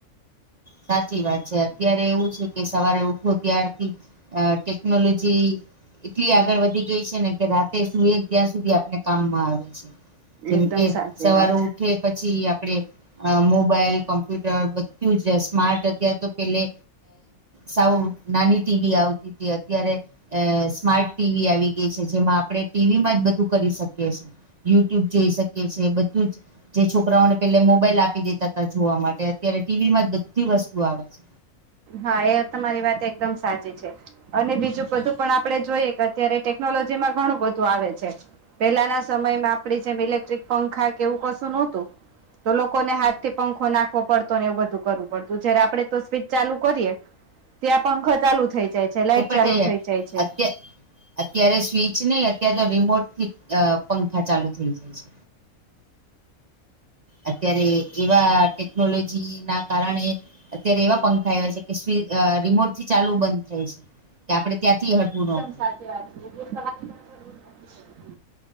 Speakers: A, on the right; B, on the right.
A: સાચી વાત છે, અત્યારે એવું છે કે સવારે ઉઠો ત્યારથી અ ટેકનોલોજી એટલી આગળ વધી ગઈ છે ને કે રાતે સુઈ ત્યાં સુધી આપને કામમાં આવે છે. જેમ
B: એકદમ
A: કે
B: સાચી
A: સવારે
B: વાત
A: ઉ કે પછી આપડે મોબાઈલ કોમ્પ્યુટર બધુજ રહેશે. સ્માર્ટ અત્યારે તો પેલે સાવ નાની ટીવી આવતી હતી. અત્યારે અ સ્માર્ટ ટીવી આવી ગઈ છે, જેમાં આપડણે ટીવી માં જ બધું કરી શકીએ છીએ. યુટ્યુબ જોઈ શકીએ છે. બધું જ. જે છોકરાઓને પેલા મોબાઈલ આપી દેતા હતા જોવા માટે અત્યારે ટીવી માં બધી વસ્તુ આવે છે.
B: હા, એ તમારી વાત એકદમ સાચી છે. અને બીજું બધું પણ આપડે જોઈએ કે અત્યારે ટેકનોલોજી માં ઘણું બધું આવે છે. પેલાના સમયમાં આપડી જેમ, ઇલેક્ટ્રિક પંખા કે એવું કશું નહોતું. તો લોકોને હાથ થી પંખો નાખવો પડતો ને એવું બધું કરવું પડતું જયારે આપડે તો સ્વીચ ચાલુ કરીએે ત્યાં પંખો ચાલુ થઇ જાય છે. લાઈટ
A: તો પણ
B: ચાલુ
A: થઈ
B: થઇ જાય છે.
A: અત્ય અત્યારે સ્વિચ નહી, અત્યારે તો રિમોટથી અ પંખા ચાલુ થઇ જાય છે. અત્યારે એવા ટેકનોલોજી ના કારણે. અત્યારે એવા પંખા આવ્યા છે, કે સ્વી રિમોટ થી ચાલુ બંધ થાય છે. આપડે ત્યાંથી હટવું ન પડે.
B: સાચી વાત તમારી <inaudible>